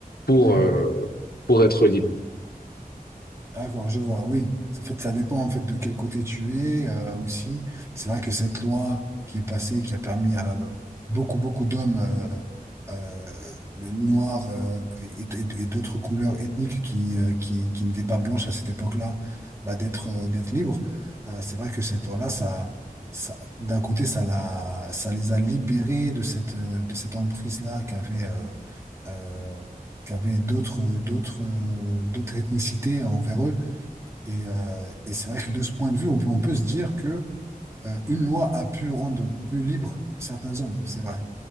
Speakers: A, on the left (about 85°); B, on the right (about 20°).
A: pour,
B: Mhm.
A: euh, pour être libre.
B: D'accord, je vois, oui. Ça fait, ça dépend en fait de quel côté tu es euh, aussi. C'est vrai que cette loi qui est passée, qui a permis à beaucoup, beaucoup d'hommes euh, euh, noirs euh, et, et- et d'autres couleurs ethniques qui, euh, qui, qui n'étaient pas blanches à cette époque-là, bah, d'être euh, d'être libres. Euh, c'est vrai que cette loi-là, ça, ça, d'un côté, ça, la, ça les a libérés de cette, euh, de cette emprise-là qu'avait euh, euh, qu'avaient d'autres d'autres euh, d'autres ethnicités envers eux. Et, euh, et c'est vrai que de ce point de vue, on peut, on peut se dire que euh, une loi a pu rendre plus libres certains hommes. C'est vrai.